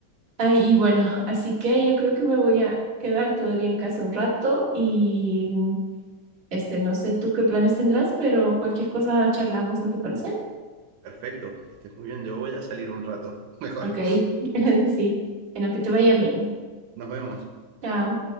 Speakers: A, on the right; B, on the right.
A: Ay, y bueno, así que yo creo que me voy a quedar todavía en casa un rato y mm, este, no sé tú qué planes tendrás, pero cualquier cosa charlamos, ¿no te parece?
B: Perfecto, que estés muy bien. Yo voy a salir un rato. <laughs> Mejor.
A: Ok, <laughs> sí, en lo que te vaya bien.
B: Nos vemos.
A: Chao.